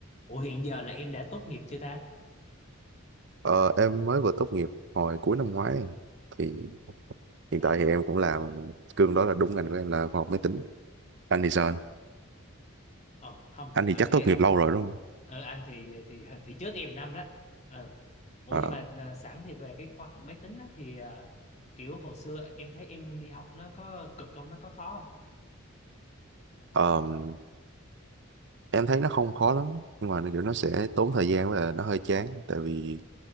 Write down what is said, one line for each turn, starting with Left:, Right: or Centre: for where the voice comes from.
Left: Ủa hiện giờ là em đã tốt nghiệp chưa ta?
Right: Ờ, em mới vừa tốt nghiệp hồi cuối năm ngoái em. Thì hiện
Left: À,
Right: tại thì em cũng làm cương đó là đúng ngành của em là khoa học máy tính. Anh thì sao anh?
Left: ờ, không
Right: Anh
Left: từ
Right: thì
Left: từ
Right: chắc
Left: đi
Right: tốt
Left: anh.
Right: nghiệp lâu rồi đúng không?
Left: Ờ anh thì thì thì trước em năm đó. Ờ, ủa
Right: Ờ,
Left: nhưng mà à, sẵn thì về cái khoa học máy tính á, thì à, kiểu hồi xưa em thấy em đi học nó có cực không? Nó có khó không?
Right: ờm, em thấy nó không khó lắm nhưng mà kiểu nó sẽ tốn thời gian và nó hơi chán tại vì